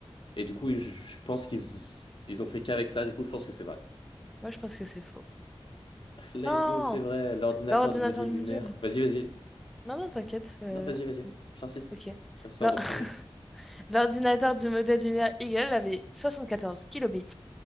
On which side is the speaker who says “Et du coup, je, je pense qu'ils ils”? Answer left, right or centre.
Left